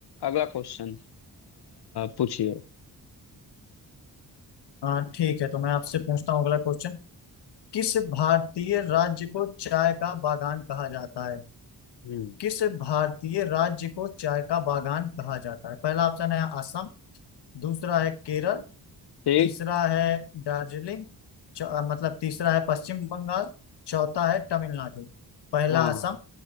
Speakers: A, on the left; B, on the left.
A: अगला क्वेश्चन पूछिए
B: हाँ ठीक है तो मैं आपसे पूछता हूँ अगला क्वेश्चन किस भारतीय राज्य को चाय का बागान कहा जाता है
A: हम्म
B: किस भारतीय राज्य को चाय का बागान कहा जाता है पहला ऑप्शन है असम दूसरा है केरल
A: ठीक
B: तीसरा है दार्जिलिंग चौ- अ, मतलब तीसरा है पश्चिम बंगाल चौथा है तमिलनाडु पहला
A: हाँ
B: असम